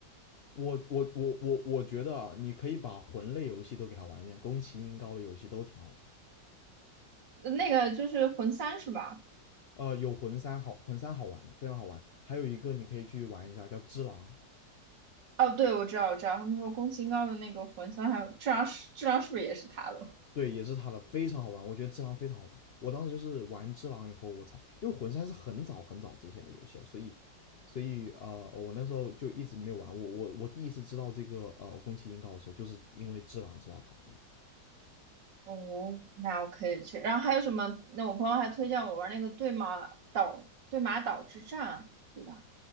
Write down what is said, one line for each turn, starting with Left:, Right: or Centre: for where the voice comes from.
Left: 我我我我我觉得啊，你可以把魂类游戏都给它玩一遍，宫崎英高的游戏都挺好玩。
Right: 呃那个就是魂三是吧？
Left: 呃，有魂三好，魂三好玩的，非常好玩。还有一个你可以去玩一下，叫《只狼》，
Right: 哦，对，我知道，我知道，他们说宫崎英高的那个魂三，还有质量是质量是不是也是他的？
Left: 对，也是他的，非常好玩。我觉得《只狼》非常好玩。我当时就是玩《只狼》以后，我才因为魂三是很早很早之前的游戏了，所以所以呃，我那时候就一直没有玩。我我我第一次知道这个呃宫崎英高的时候，就是因为《只狼》知道他的。
Right: 哦，那我可以去。然后还有什么？那我朋友还推荐我玩那个对马岛对马岛之战，对吧？